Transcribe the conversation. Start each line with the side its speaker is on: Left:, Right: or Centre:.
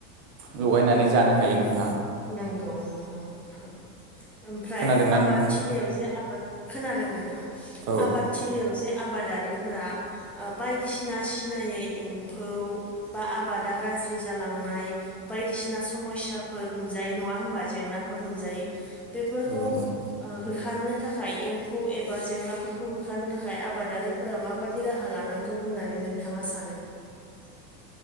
Right: लगायनानै जानो हायो नोंथां।
Centre: नोंगौ नोंगौ नोंथां। ओमफ्राय
Right: खोनादोंना
Centre: आबाद
Right: नोंथां
Centre: थिलियाव जे आबाद खोनादों नोंथां
Right: औ
Centre: आबाद थिलियाव जे आबादारिफोरा ओ बायदिसिना सिनायै एम्फौ बा आबादगा ज्रि जालांनाय बाइदि सिना समयसाफोर- नुजायो नङा होमबा जेंनाफोर नुजायो बेफोरखौ
Right: औ नंगौ
Centre: ओ होखारनो थाखाय एम्फौ एबा जेंनाफोर खौ होखारनो थाखाय आबादारिफोरा माबाददि राहा लानांगौ होननानै नोंथाङा सानो हवा